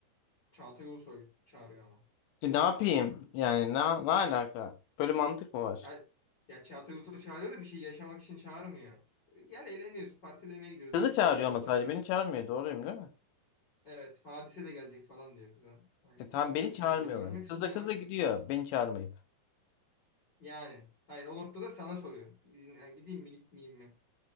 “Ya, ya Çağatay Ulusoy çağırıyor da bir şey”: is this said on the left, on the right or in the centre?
Left